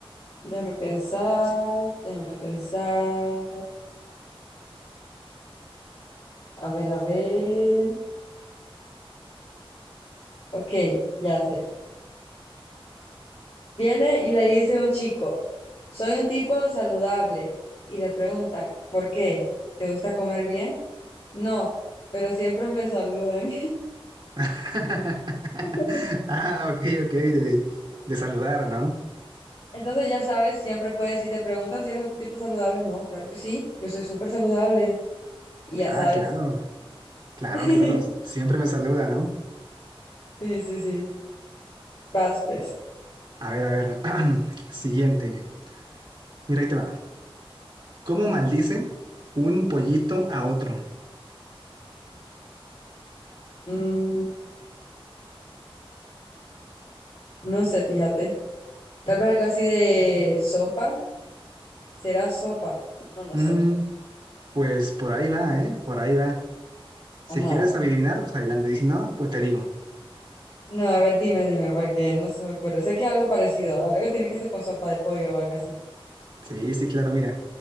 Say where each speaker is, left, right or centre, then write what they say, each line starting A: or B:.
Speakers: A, on the left; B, on the right.
A: Déjame pensar, déjame pensar. A ver, a ver. Ok, ya sé. Viene y le dice un chico, soy un tipo saludable. Y le preguntan, ¿por qué? ¿Te gusta comer bien? No, pero siempre me saludan.
B: <laughs>
A: <laughs>
B: Ah, ok, ok, de, de saludar, ¿no?
A: Entonces, ya sabes, siempre puedes, si te preguntan si eres un tipo saludable, no, claro que sí, yo soy súper saludable y ya
B: Ah,
A: sabes.
B: claro, claro,
A: <laughs>
B: claro. Siempre me saluda, ¿no?
A: Sí, sí, sí. Vas, pues.
B: A ver, a ver. <clears throat> Siguiente. Mira, ahí te va. ¿Cómo maldice un pollito a otro?
A: Mm, no sé, fíjate. Tal vez algo así de sopa. ¿Será sopa? No, no
B: Mm,
A: sé.
B: pues por ahí va, ¿eh? Por ahí va. Si
A: Ajá.
B: quieres adivinar, pues adelante. Y si no, pues te digo.
A: No, a ver, dime, dime, porque no se me ocurre. Sé que algo parecido, algo tiene que ser con sopa de pollo o algo así.
B: Sí, sí, claro, mira.